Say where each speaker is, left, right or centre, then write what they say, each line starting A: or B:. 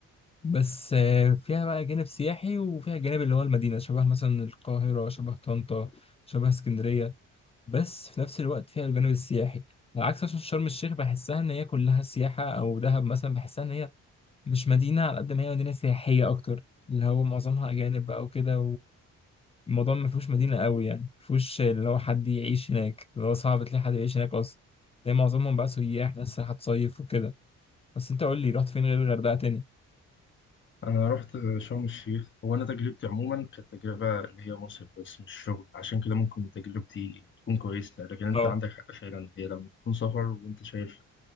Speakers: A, on the left; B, on the left.
A: بس آه، فيها بقى جانب سياحي وفيها جانب اللي هو المدينة شبه مثلا القاهرة شبه طنطا شبه اسكندرية بس في نفس الوقت فيها الجانب السياحي على عكس مثلا شرم الشيخ بحسها إن هي كلها سياحة أو دهب مثلا بحسها إن هي مش مدينة على قد ما هي مدينة سياحية أكتر اللي هو معظمها أجانب بقى وكده والموضوع ما فيهوش مدينة قوي يعني ما فيهوش اللي هو حد يعيش هناك اللي هو صعب تلاقي حد يعيش هناك أصلا تلاقي معظمهم بقى سياح ناس رايحة تصيف وكده بس أنت قول لي رحت فين غير الغردقة تاني؟
B: أنا رحت شرم الشيخ هو أنا تجربتي عموما كانت تجربة اللي هي مصيف بس مش شغل عشان كده ممكن تجربتي تكون كويسة لكن أنت
A: اه
B: عندك حق فعلا هي لما تكون سفر وأنت شايف